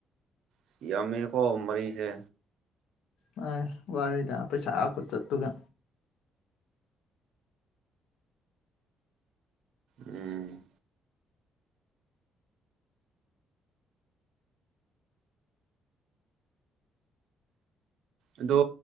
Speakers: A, on the right; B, on the left.
A: ꯁꯤꯌꯥꯃꯤꯔ ꯀꯣ ꯃꯔꯤꯁꯦ
B: ꯍ ꯋꯥꯔꯤꯗ ꯑ ꯄꯦꯁꯥ ꯈꯨꯆꯠ ꯇꯒ
A: ꯎꯝ ꯑꯗꯣ